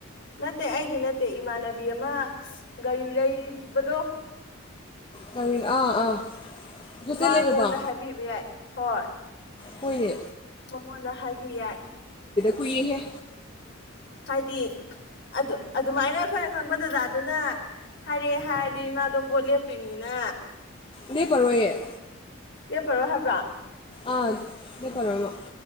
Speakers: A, on the left (about 55°); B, on the left (about 25°).
A: ꯅꯠꯇꯦ ꯑꯩꯒꯤ ꯅꯠꯇꯦ ꯑꯠꯇꯦ ꯏꯃꯥꯟꯅꯕꯤ ꯑꯃ ꯒꯥꯔꯤ ꯂꯩꯕꯗꯣ
B: ꯀ ꯑꯥ ꯑꯥ ꯍꯣꯁꯇꯦꯜ
A: ꯃꯥ ꯑꯩꯉꯣꯟꯗ
B: ꯂꯩꯕꯗꯣ
A: ꯍꯥꯏꯕꯤꯕ ꯌꯥꯏ ꯍꯣꯏ
B: ꯍꯣꯏꯅꯦ
A: ꯃꯉꯣꯟꯗ ꯍꯥꯏꯕꯤ ꯌꯥꯏ
B: ꯍꯨꯏꯍꯦ
A: ꯍꯥꯏꯗꯤ ꯑꯗꯨ ꯑꯗꯨꯃꯥꯏꯅ ꯑꯩꯈꯣꯏꯅ ꯈꯪꯕ ꯗꯖ ꯑꯗꯨꯅ ꯍꯥꯏꯔꯦ ꯍꯥꯏꯔꯗꯤ ꯏꯃꯥꯗꯣ ꯕꯣꯠ ꯂꯦꯞꯇꯣꯏꯅꯤꯅ
B: ꯂꯩ ꯄꯔꯣꯏꯌꯦ
A: ꯂꯦꯞꯄꯔꯣ ꯍꯥꯏꯕ꯭ꯔꯥ
B: ꯑꯥ ꯑꯗꯨ ꯄꯔꯃꯣ